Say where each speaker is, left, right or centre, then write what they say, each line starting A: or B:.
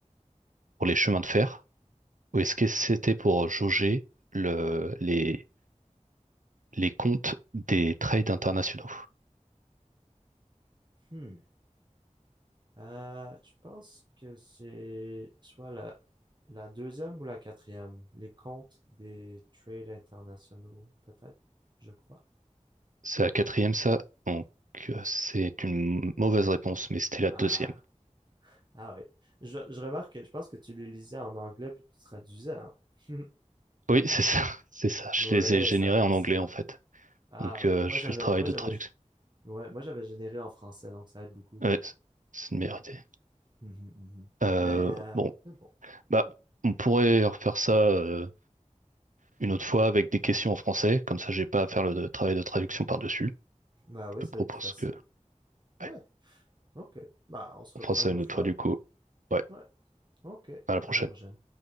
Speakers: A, on the right (about 85°); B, on the right (about 35°).
A: pour les chemins de fer? Ou est-ce que c'était pour jauger le, les, les comptes des trades internationaux.
B: Hmm. Euh, je pense que c'est soit la, la deuxième ou la quatrième. Les comptes des trades internationaux, peut-être, je crois.
A: C'est la quatrième, ça. Donc, euh, c'est une mauvaise réponse, mais c'était la
B: Ah,
A: deuxième.
B: ah oui. Je, je remarque que je pense que tu les lisais en anglais puis tu traduisais, hein. <laughs>
A: Oui, c'est ça. <laughs> C'est ça. Je
B: Ouais,
A: les ai générés
B: ça rend
A: en
B: ça.
A: anglais, en fait.
B: Ah
A: Donc,
B: oui.
A: euh,
B: Moi
A: je
B: j'avais,
A: fais le travail
B: moi
A: de
B: j'avais,
A: traduction.
B: ouais, moi j'avais généré en français, donc ça aide beaucoup.
A: Ouais, c'est c'est une meilleure idée.
B: Mhm, mhm.
A: Euh,
B: Mais, euh,
A: bon,
B: mais bon.
A: bah,
B: Mmh.
A: on pourrait refaire ça. euh, une autre fois avec des questions en français. Comme ça, j'ai pas à faire le travail de traduction par-dessus.
B: Bah oui,
A: Je te
B: ça
A: propose
B: va être plus facile.
A: que, ouais,
B: Ouais, ok. Bah, on se reprend
A: on fera ça
B: une autre
A: une autre
B: fois.
A: fois du coup. Ouais,
B: Ouais, ok.
A: à la prochaine.
B: À la prochaine.